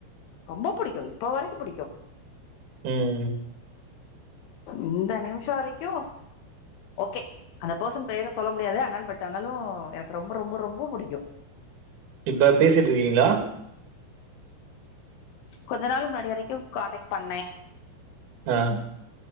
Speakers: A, on the left; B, on the right.
A: ரொம்ப புடிக்கு இப்போ வரைகு புடிக்கு
B: ம் ம்
A: இந்த நிமிஷ வரைக்கு ஓகே அந்த பர்சன் பேர சொல்ல முடியாது ஆனால் பட் ஆனாலு எனக்கு ரொம்ப ரொம்ப ரொம்ப புடிக்கு
B: இப்ப பேசிட்ருக்கீங்களா
A: கொஞ்ச நாள் முன்னாடி வரைக்கு கான்டக்ட் பண்ணே
B: ஆஹ்